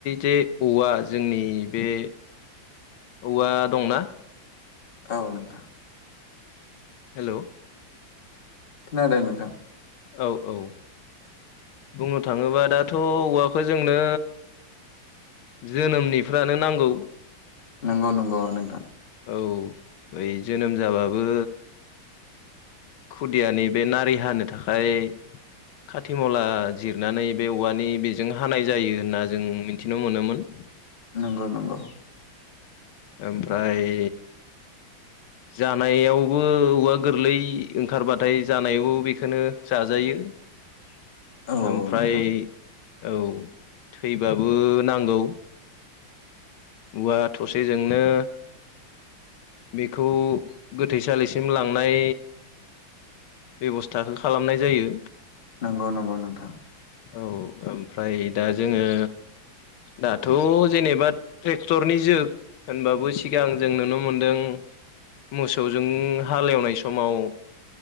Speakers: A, on the left; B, on the left.
A: जे औवा जोंनिओ बे औवा दंना
B: औ नोंथां।
A: हेलौ
B: खोनादों नोंथां।
A: औ औ। बुंनो थाङोब्ला दाथ' औवाखौ जोंनो जोनोमनिफ्रानो नांगौ।
B: नंगौ नंगौ नोंथां।
A: औ बै जोनोम जाबाबो खुदियानि बे नारि हानो थाखाय खाथिमला जिरनानै बे औवानि बेजों हानाय जायो होनना जों मिथिनो मोनोमोन।
B: नंगौ नंगौ।
A: ओमफ्राय जानायावबो औवा गोरलै ओंखारबाथाय जानायावबो बेखौनो जाजायो।
B: <inaudible> औ
A: ओमफ्राय
B: नोंथां
A: औ थैबाबो नांगौ। औवा थसेजोंनो बेखौ गोथैसालिसिम लांनाय बेब'स्थाखौ खालामनाय जायो।
B: नंगौ नंगौ नोंथां।
A: औ ओमफ्राय दा जोङो। दाथ' जेनेबा ट्रेक्टरनि जुग होनबाबो सिगां जों नुनो मोनदों। मोसौजों हाल एवनाय समाव।